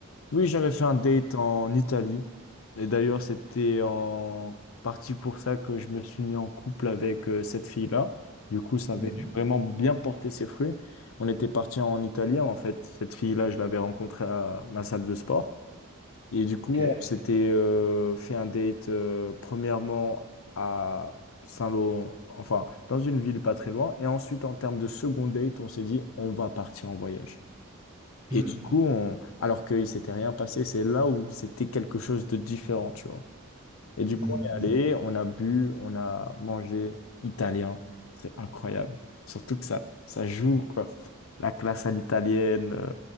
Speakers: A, on the left; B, on the right.
A: oui, j'avais fait un date en Italie. Et d'ailleurs, c'était en partie pour ça que je me suis mis en couple avec euh, cette fille-là. Du coup, ça
B: Mhm.
A: avait vraiment bien porté ses fruits. On était parti en Italie. En fait, cette fille-là, je l'avais rencontrée à ma salle de sport. Et du coup,
B: Ok.
A: on s'était euh, fait un date euh, premièrement à Saint-Lô, enfin dans une ville pas très loin. Et ensuite, en termes de second date, on s'est dit on va partir en voyage.
B: Mhm.
A: Et du coup, on- alors qu'il s'était rien passé, c'est là où c'était quelque chose de différent, tu vois. Et du
B: Mhm,
A: coup, on est allé, on a bu, on a mangé italien. C'est incroyable. Surtout que ça, ça joue, quoi. La classe à l'italienne, euh,